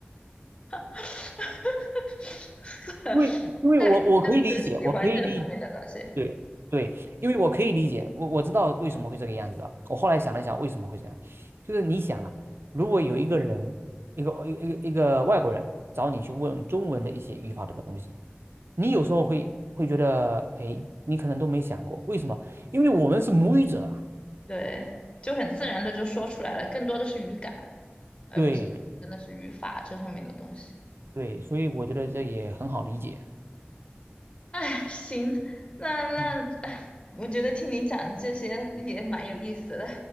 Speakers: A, on the left; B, on the right.
A: <laughs>
B: 因为因为我我可以理解，
A: 那你真的是喜欢这方面的东西，
B: 我可以理解，对对，因为我可以理解，我我知道为什么会这个样子啊。我后来想了想，为什么会这样，就是你想啊，如果有一个人，一个一个一个外国人找你去问中文的一些语法的东西，你有时候会会觉得，哎，你可能都没想过，为什么？因为我们是母语者啊。
A: 对，就很自然的就说出来了，更多的是语感，而不是真的是语法这方面的东西。
B: 对对，所以我觉得这也很好理解。
A: 哎，行，那那，
B: 嗯，
A: 哎，我觉得听你讲这些也蛮有意思的，